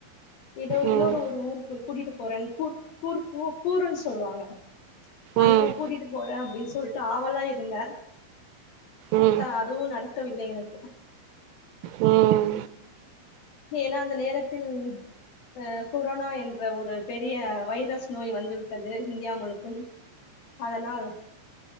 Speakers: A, on the left; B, on the right.
A: ஏதோ இன்னொரு
B: ம்
A: ஒரு ஊருக்கு கூட்டிட்டு போறன்னு கூர் கூர்க் கூர்குன்னு சொல்லுவாங்க அங்க
B: ம்
A: கூட்டிட்டு போற அப்டின்னு சொல்லிட்டு ஆவளா பாத்தா
B: ம்
A: அதுவும் நடக்கவில்லை எனக்கு
B: உம்
A: ஏன்னா அந்த நேரத்தில் அஹஹ் கொரோனா என்ற ஒரு பெரிய வைரஸ் நோய் வந்துவிட்டது இந்தியா முழுக்கும் அதனால்